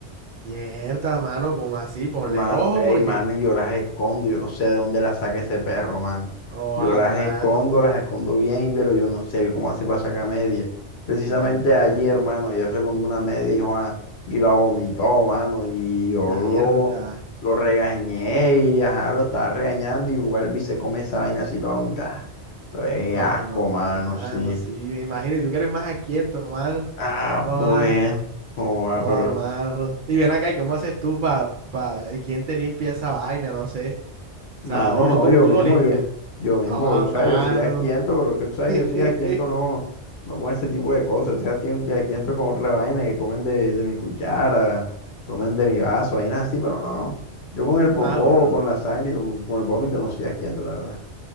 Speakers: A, on the right (about 55°); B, on the left (about 65°).
A: Mierda, mano, como así, ponle
B: Mano,
A: ojo
B: ey,
A: porque,
B: mano, y yo las escondo, yo no sé de dónde las saca ese perro, mano.
A: oh,
B: Yo
A: ah,
B: las
A: mano.
B: escondo, las escondo bien, pero yo no sé cómo hace para sacar media. Precisamente
A: Mierda,
B: ayer, hermano, ayer se comió una media y, joa, y la vomitó, mano, y yo lo,
A: mierda.
B: lo regañé y ajá, lo estaba regañando y vuelve y se come esa vaina así toda vomitada. Pero, ey,
A: Joda,
B: asco,
A: no,
B: mano,
A: mano,
B: sí.
A: sí, me imagino. Y tú que eres más aquiento, mano.
B: Ah,
A: Joda,
B: pues, joa,
A: joda,
B: pero.
A: mano. Y ven acá, ¿y cómo haces tú pa, pa, eh, quién te limpia esa vaina? No sé. O
B: Mano,
A: sea, o
B: no,
A: tú,
B: yo
A: tú
B: mismo,
A: lo limpias.
B: yo, yo mismo,
A: Joda,
B: o
A: mano.
B: sea, yo soy asquiento, pero que tú sabes
A: <laughs>
B: que yo soy asquiento no, no con ese tipo de cosas, estoy asquien- asquiento con otra vaina, que comen de, de mi cuchara, tomen de mi vaso, vainas así, pero no, no, yo con el popó,
A: Ah, bueno,
B: con
A: bueno.
B: la sangre y con, con el vómito no soy asquiento, la verdad.